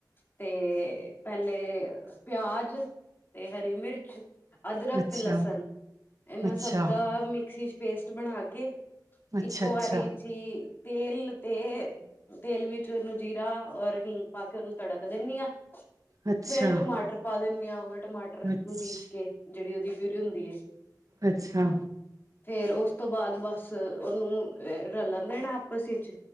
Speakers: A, on the left (about 30°); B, on the right (about 50°).
A: ਤੇ ਪਹਿਲੇ ਪਿਆਜ, ਤੇ ਹਰੀ ਮਿਰਚ ਅਦਰਕ
B: ਅੱਛਾ
A: ਤੇ ਲਸਣ ਇਹਨਾਂ
B: ਅੱਛਾ
A: ਸਭ ਦਾ ਮਿਕਸੀ ਚ ਪੇਸਟ ਬਣਾ ਕੇ
B: ਅੱਛਾ
A: ਇੱਕੋ
B: ਅੱਛਾ
A: ਵਾਰੀ ਈਚ ਤੇਲ ਤੇ ਤੇਲ ਵਿੱਚ ਉਹਨੂੰ ਜੀਰਾ ਔਰ ਹਿੰਗ ਪਾ ਕੇ ਉਹਨੂੰ ਤੜਕ ਦਿੰਦੀ ਹਾਂ।
B: ਅੱਛਾ
A: ਫੇਰ ਟਮਾਟਰ ਪਾ ਦੇਦੇ <unintelligible> ਟਮਾਟਰ
B: ਅੱਛਾ
A: ਨੂੰ ਪੀਸ ਕੇ ਜਿਹੜੀ ਉਹਦੀ ਪਿਊਰੀ ਹੁੰਦੀ ਏ,
B: ਅੱਛਾ
A: ਫੇਰ ਉਸ ਉਸ ਤੋਂ ਬਾਅਦ ਬੱਸ ਉਹਨੂੰ ਰਲਣ ਦੇ ਨਾ ਆਪਸ ਈਚ